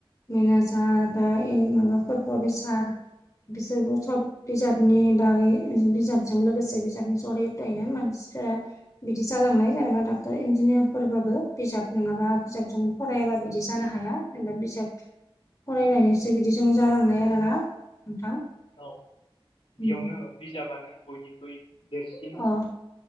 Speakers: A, on the left; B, on the left.
A: मेनेजार बा ए माबाफोर प्रफेसार बिसोरबो सब बिजाबनि बागै बिजाबजों लोगोसे बिजाबनि सरिथयनो मानसिफोरा बिदि जालांनाय जेनेबा दा डक्टर इन्जिनियारफोरबाबो बिजाब नङाबा बिजाबजों फरायाबा बिदि जानो हाया जेनबा बिजाब फरायनायनिसो बिदिजों जालांनाय आरोना नोंथां
B: औ बेयावनो
A: उम
B: बिजाबानो बयनिख्रुइ देरसिन।
A: अ